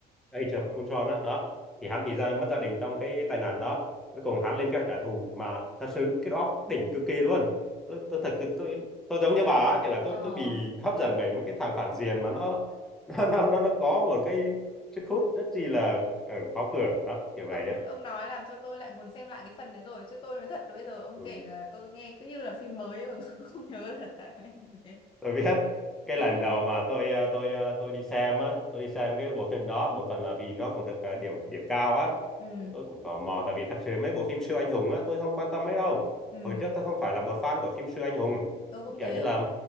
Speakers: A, in the centre; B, on the left.
A: Age of Ultron á đó thì hắn bị ra mất gia đình trong cái tai nạn đó cuối cùng hắn lên kế hoạch trả thù mà thật sự cái đó đỉnh cực kỳ luôn tôi tôi thật tôi tôi giống như bà á kiểu là tôi
B: Ờ,
A: tôi bị hấp dẫn bởi mấy cái thằng phản diện mà nó <laughs> nó nó nó, nó có một cái sức hút rất chi là ờ, khó cưỡng đó kiểu
B: ông
A: vậy á
B: ông nói làm cho tôi lại muốn xem lại cái phần đấy rồi chứ tôi nói thật là bây giờ ông
A: Ừ.
B: kể là tôi nghe cứ như là phim mới ấy, còn <laughs> tôi cũng không nhớ là tại cái thế.
A: tôi biết cái
B: Ừ,
A: lần đầu mà tôi ờ, tôi ờ, tôi đi xem á tôi đi xem cái bộ phim đó một phần là vì nó cũng được ờ, điểm điểm cao á
B: ừ,
A: Thế tôi cũng tò mò tại vì thật sự mấy bộ phim siêu anh hùng á tôi không quan tâm mấy đâu
B: ừ,
A: hồi trước tôi không phải là một fan của phim siêu anh hùng
B: tôi cũng
A: kiểu
B: thế.
A: như là